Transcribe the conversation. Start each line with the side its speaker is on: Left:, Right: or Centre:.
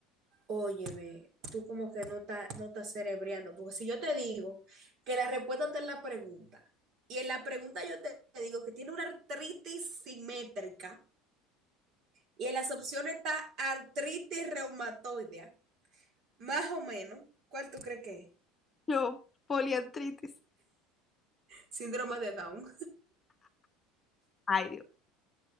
Right: Óyeme, tú como que no estás no estás cerebreando, porque si yo te digo que la respuesta está en la pregunta, y en la pregunta yo te digo que tiene una artritis simétrica, y en las opciones está artritis reumatoidea, más o menos, ¿cuál tú crees que es?
Left: Yo, poliartritis.
Right: Síndrome de Down.
Left: Ay, Dios.